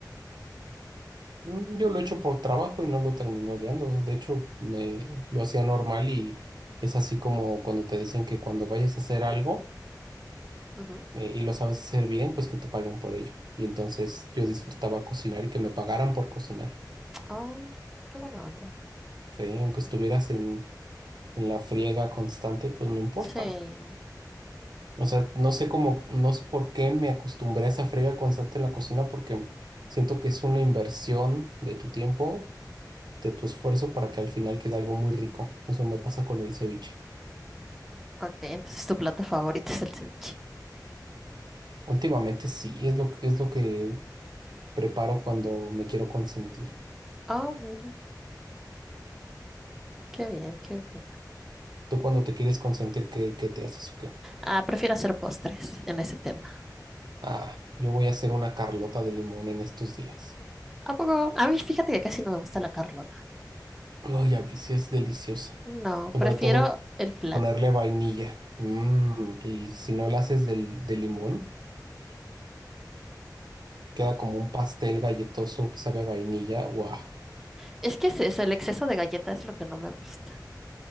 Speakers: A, on the right; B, in the centre.
A: Mm, Yo lo he hecho por trabajo y no lo terminé odiando. De hecho, me lo hacía normal y es así como cuando te dicen que cuando vayas a hacer algo
B: Ujú.
A: eh, y lo sabes hacer bien, pues que te paguen por ello. Y entonces yo disfrutaba cocinar y que me pagaran por cocinar.
B: Oh, qué buena onda.
A: Sí, aunque estuvieras en, en la friega constante, pues no importa.
B: Sí.
A: O sea, no sé cómo, no sé por qué me acostumbré a esa frega constante en la cocina porque siento que es una inversión de tu tiempo, de tu esfuerzo para que al final quede algo muy rico. Eso me pasa con el ceviche.
B: Ok, entonces tu plato favorito es el ceviche.
A: Últimamente sí, es lo, que- es lo que preparo cuando me quiero consentir.
B: Oh, mira. Qué bien, qué bien.
A: Tú cuando te quieres consentir, ¿qué, qué te haces o qué?
B: Ah, prefiero hacer postres en ese tema.
A: Ah, yo voy a hacer una carlota de limón en estos días.
B: ¿A poco? A mí, fíjate que casi no me gusta la Carlota.
A: Ay, a mí sí es deliciosa.
B: No,
A: Sobre
B: prefiero
A: todo
B: el flan.
A: ponerle vainilla. Mm, y si no la haces del de limón. queda como un pastel galletoso que sabe a vainilla. ¡Guau!
B: Es que es eso, el exceso de galleta es lo que no me gusta.